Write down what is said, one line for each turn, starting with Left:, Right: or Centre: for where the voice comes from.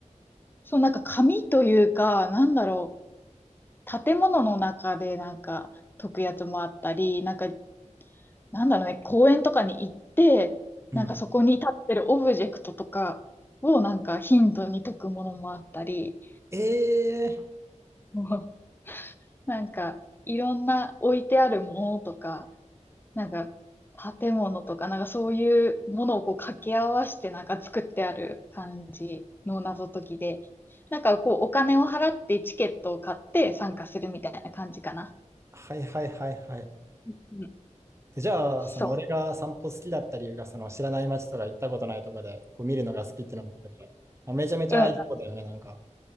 Left: そう、なんか紙というか、なんだろう、建物の中でなんか解くやつもあったり、なんか、なんだろうね、公園とかに行って、
Right: うん。
Left: なんかそこに立ってるオブジェクトとかをなんか頻度に解くものもあったり、
Right: えー、
Left: もうなんかいろんな置いてあるものとか、なんか、建物とか、なんかそういうものをこう掛け合わせてなんか作ってある感じの謎解きで、なんかこうお金を払ってチケットを買って参加するみたいな感じかな。
Right: はいはいはいはい。
Left: うん。
Right: じゃあ、
Left: そ
Right: その俺が散歩好きだった理由が、その知らない街とか行ったことないとかで、こう見るのが好きっていうのもあっかめちゃめちゃいい子だよね、
Left: う。う
Right: なんか。